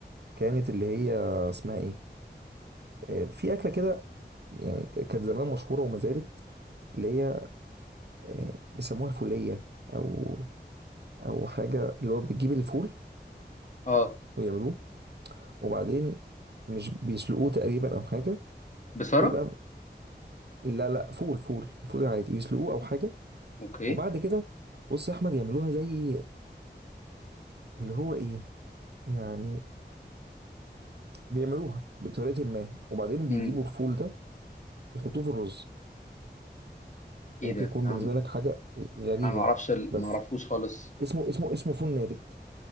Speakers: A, on the right; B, on the left.
A: كانت اللي هي اسمها ايه آه، في اكله كده يعني كانت زمان مشهوره وما زالت اللي هي آه، بيسموها الفوليه او او حاجه اللي هو بتجيب الفول
B: اه
A: ويعملوه وبعدين مش بيسلقوه تقريبا او حاجه
B: بصراحه
A: ويبقى لا لا فول فول الفول العادي يسلقوه او حاجه
B: اوكي
A: وبعد كده بص يا احمد يعملوها زي اللي هو ايه يعني بيعملوها بطريقه ما وبعدين بيجيبوا
B: امم
A: الفول ده يحطوه في الرز
B: ايه
A: وممكن
B: ده
A: يكون
B: انا
A: بالنسبه لك حاجه غريبه
B: أنا ما اعرفش ال-
A: بس
B: ما اعرفوش خالص
A: اسمه اسمه اسمه فول نابت